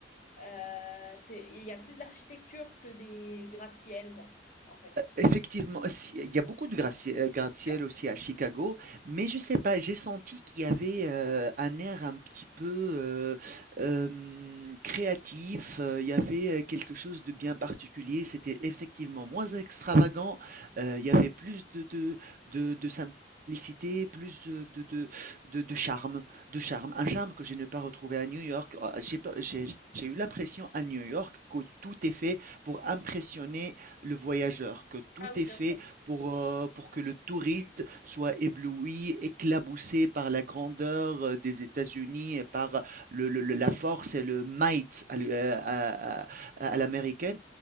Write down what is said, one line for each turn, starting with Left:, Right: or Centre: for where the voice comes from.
Left: Euh, c'est, il y a plus d'architecture que des gratte-ciel, quoi, en fait.
Right: Effectivement, si il y a beaucoup de gratte-ciel gratte-ciel
Left: Ouais.
Right: aussi à Chicago, mais je sais pas, j'ai senti qu'il y avait, heu, un air un petit peu, heu, hem, créatif, heu, il y avait, heu, quelque chose de bien particulier. C'était effectivement moins extravagant, heu, il y avait plus de de de de simplicité, plus de de de de de charme de charme. Un charme que je n'ai pas retrouvé à New York. Oh, j'ai pas j'ai j'ai eu l'impression à New York que tout est fait pour impressionner le voyageur, que tout
Left: Ah oui,
Right: est
Left: bien
Right: fait
Left: sûr.
Right: pour, heu, pour que le touriste soit ébloui, éclaboussé par la grandeur, heu, des États-Unis et par le le le la force et le might à l'u heu, à à à l'américaine.